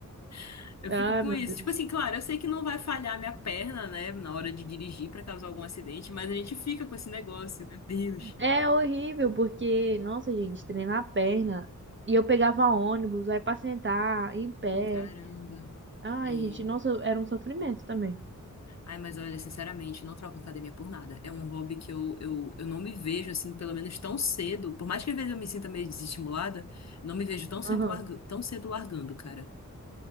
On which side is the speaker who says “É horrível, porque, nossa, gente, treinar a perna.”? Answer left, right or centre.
Right